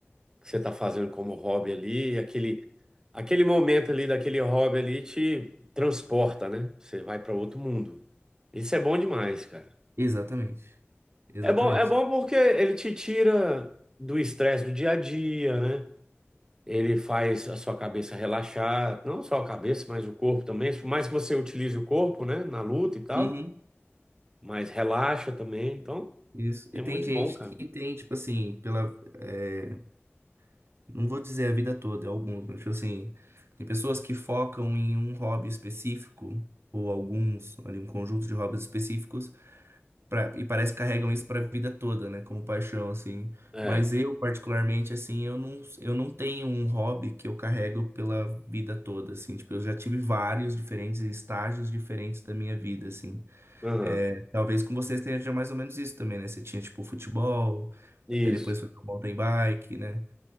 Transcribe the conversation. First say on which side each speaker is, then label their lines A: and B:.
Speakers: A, on the right; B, on the right.
A: que você tá fazendo como hobby ali, aquele, aquele momento ali daquele hobby ali te transporta, né? Você vai para outro mundo. Isso é bom demais, cara.
B: Exatamente. Exatamente.
A: É bom, é bom porque ele te tira do estresse do dia a dia, né? Ele faz a sua cabeça relaxar, não só a cabeça, mas o corpo também. Por mais que você utilize o corpo, né, na luta e tal.
B: Uhum,
A: mas relaxa também. Então,
B: isso.
A: é
B: E tem
A: muito
B: gente
A: bom, cara.
B: que tem, tipo assim, pela. é, não vou dizer a vida toda, é alguns, mas, tipo assim, tem pessoas que focam em um hobby específico, ou alguns, ali, um conjunto de hobbies específicos. pra- e parece que carregam isso pra vida toda, né? Como paixão, assim.
A: É,
B: Mas eu, particularmente, assim, eu não, eu não tenho um hobby que eu carrego pela vida toda, assim. Tipo, eu já tive vários diferentes estágios diferentes da minha vida, assim.
A: aham,
B: É, talvez com vocês tenha mais ou menos isso também, né? Você tinha, tipo, futebol,
A: Isso,
B: aí depois foi pro mountain bike, né?